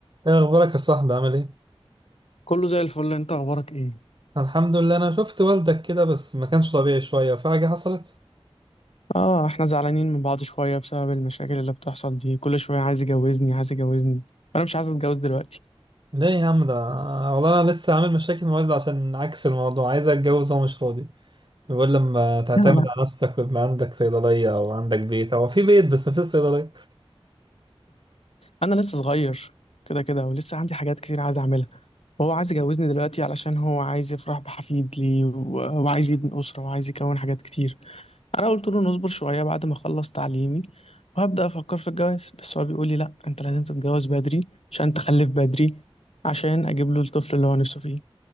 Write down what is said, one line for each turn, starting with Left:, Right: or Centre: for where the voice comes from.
Right: ايه اخبارك يا صاحبي عامل ايه
Left: كله زي الفل انت اخبارك ايه
Right: الحمد لله انا شفت والدك كده بس ما كانش طبيعي شويه في حاجه حصلت
Left: اه احنا زعلانين من بعض شوية بسبب المشاكل اللي بتحصل دي كل شوية عايز يجوزني عايز يجوزني انا مش عايز اتجوز دلوقتي
Right: ليه يا عم ده والله انا لسه عامل مشاكل مع والدي عشان عكس الموضوع عايز اتجوز وهو مش فاضي بيقول لما تعتمد
Left: لا لا
Right: على نفسك ويبقى عندك صيدليه او عندك بيت او في بيت بس مفيش صيدليه
Left: انا لسه صغير كده كده ولسه عندي حاجات كتير عايز اعملها وهو عايز يجوزني دلوقتي علشان هو عايز يفرح بحفيد لي و- وعايز يبني أسرة وعايز يكون حاجات كتير انا قلت له نصبر شوية بعد ما اخلص تعليمي وهبدأ افكر في الجواز بس هو بيقول لي لا انت لازم تتجوز بدري عشان تخلف بدري عشان اجيب له الطفل اللي هو نفسه فيه